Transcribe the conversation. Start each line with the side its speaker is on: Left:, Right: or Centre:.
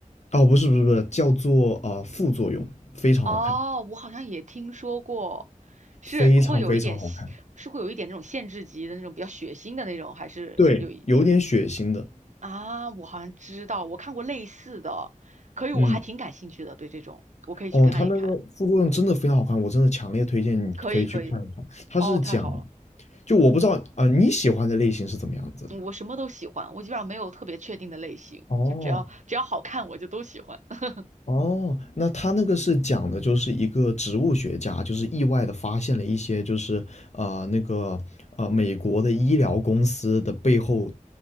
Left: 哦不是不是不是叫做啊、呃副作用，非常好看，
Right: 哦，我好像也听说过，是会有一点，
Left: 非常非常好看。
Right: 是会有一点那种限制级的那种比较血腥的那种，还是有一。
Left: 对，有点血腥的，
Right: 啊，我好像知道，我看过类似的，可以，我还挺感兴趣的，
Left: 嗯。
Right: 对这种，我可以去看一看，
Left: 哦，它那个副作用真的非常好看，我真的强烈推荐你可以去看一看。
Right: 可以，可以，
Left: 它是讲，
Right: 哦，太好了，
Left: 就我不知道啊、呃你喜欢的类型是怎么样子的呢
Right: 嗯我什么都喜欢，我基本上没有特别确定的类型，
Left: 哦，
Right: 就只要只要好看我就都喜欢。<laughs>
Left: 哦，那他那个是讲的就是一个植物学家，就是意外的发现了一些就是呃那个呃美国的医疗公司的背后